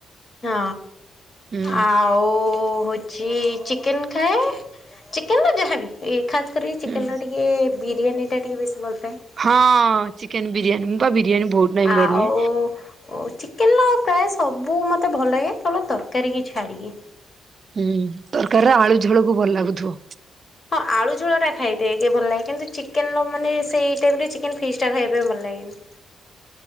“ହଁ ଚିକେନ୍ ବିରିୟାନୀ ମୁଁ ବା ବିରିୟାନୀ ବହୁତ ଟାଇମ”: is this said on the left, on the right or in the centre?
Right